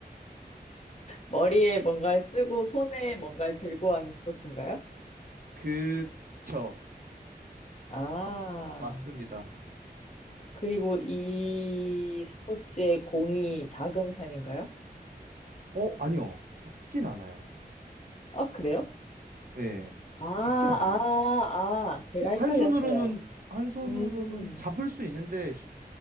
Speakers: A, on the left; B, on the right.
A: 머리에 뭔가를 쓰고 손에 뭔가를 들고 하는 스포츠인가요?
B: 그쵸.
A: 아,
B: 맞습니다.
A: 그리고 이 스포츠의 공이 작은 편인가요?
B: 어, 아니요. 작진 않아요.
A: 아, 그래요?
B: 예.
A: 아, 아,
B: 작진 않아요.
A: 아, 제가
B: 호-
A: 헷갈렸어요.
B: 한 손으로는 한 손으로는
A: 음,
B: 잡을 수 있는데 히-